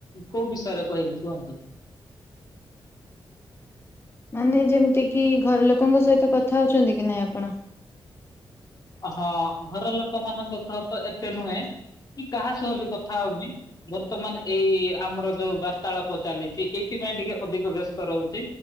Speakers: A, on the left; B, on the left.
A: କୋଉ ବିଷୟରେ କହିବି କୁହନ୍ତୁ?
B: ମାନେ ଯେମିତି କିି ଘର ଲୋକଙ୍କ ସହିତ କଥା ହଉଛନ୍ତି କି ନାଇଁ ଆପଣ?
A: ହଁ ଘର ଲୋକ ମାନଙ୍କ ସହ ତ ଏତେ ନୁହେଁ। କି କାହା ସହ ବି କଥା ହଉନି। ବର୍ତ୍ତମାନ ଏଇ ଆମର ଯୋଉ ବାର୍ତାଳାପ ଚାଲିଛି। ଏଇଥିପାଇଁ ଟିକେ ଅଧିକ ବ୍ୟସ୍ତ ରହୁଛି।